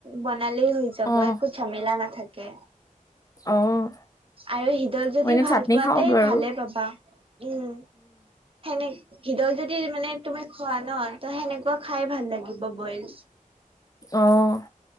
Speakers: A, on the right; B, on the left.
A: বনালেই হৈ যাব
B: অ',
A: একো জেমেলা নাথাকে
B: অ',
A: আৰু শিদল যদি
B: মই এনে
A: ভাল
B: চাটনি
A: পোৱাতে
B: খাওঁ বাৰু।
A: ভালে পাবা উম সেনেকে শিদল যদি মানে তুমি খোৱা ন ত সেনেকুৱা খাই ভাল লাগিব বইল
B: অ',